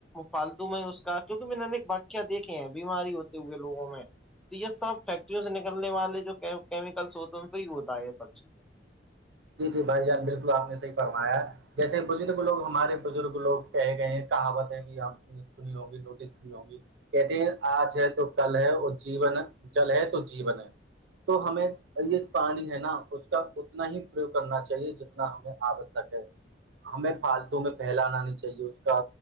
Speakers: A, in the centre; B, on the right.
A: پالتو میں اس کا کیوںہ میں نےک بٹیاں دیکھ ہیں بیماری ہوتی ہوئے لووں میں تو یہ سب فیکٹریوں سے نکلنے والے جو کیمیکلس ہوتے ان سے ہی ہوتے یہ سب چیزیں <unintelligible>
B: جی جی بھائی جان بالکل آپ نے صحیح فرمایا جیسے بزرگ لوگ ہمارے بزرگ لوگ کہہے گئے ہیں کہاوت ہے بھی آپ کی سنی ہوگی نوٹس نہیں ہوںگی کہتے ہیں آج ہے تو کل ہے اور جین ہے جل ہے تو جین ہے تو ہمیں یہ پانی ہے نا اس کا اتنا ہی پریوگ کرنا چاہیے جتنا ہمیں آوشک ہے ہمیں پالتو میں پہلانا نہیں چاہیے اس کا